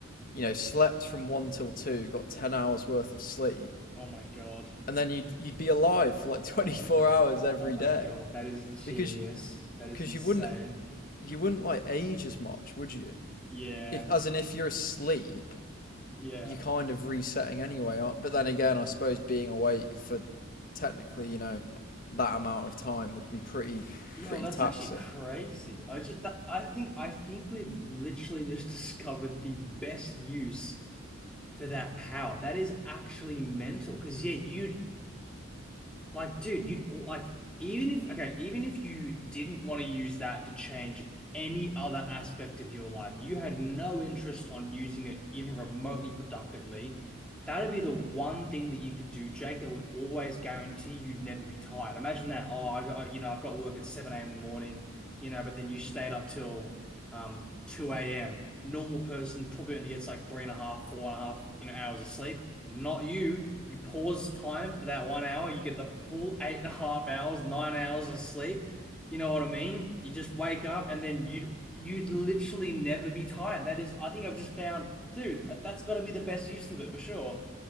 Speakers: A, on the left; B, in the centre.
A: you know, slept from 1 till 2, got 10 hours worth of sleep,
B: Oh my God.
A: and then you'd you'd be alive for like <laughs> 24
B: Oh my God.
A: hours every
B: Oh my
A: day
B: God. That is genius.
A: because
B: That is
A: because
B: insane.
A: you wouldn't you wouldn't like age as much, would you?
B: Yeah.
A: If as in if you're asleep
B: Yeah.
A: you're kind of resetting anyway. But then again, I suppose being awake for technically, you know, that amount of time would be pretty
B: Yo,
A: pretty
B: that's
A: taxing.
B: actually crazy. I just that I think I think we've literally just <laughs> discovered the best use for that power. That is actually mental. Because yeah, you Like, dude, you'd al- like even if okay, even if you didn't want to use that to change any other aspect of your life, you had no interest on using it even remotely productively. That'd be the one thing that you could do, Jake, that would always guarantee you'd never be tired. Imagine that. Oh, I got, you know, I've got work at 7 a.m. in the morning, you know, but then you stayed up till um 2 a.m. Normal person probably only gets like three and a half, four and a half, you know, hours of sleep. Not you. You pause time for that one hour. You get the full eight and a half hours, nine hours of sleep. You know what I mean? You just wake up and then you'd you'd literally never be tired. That is, I think I've just found, dude, that, that's got to be the best use of it for sure.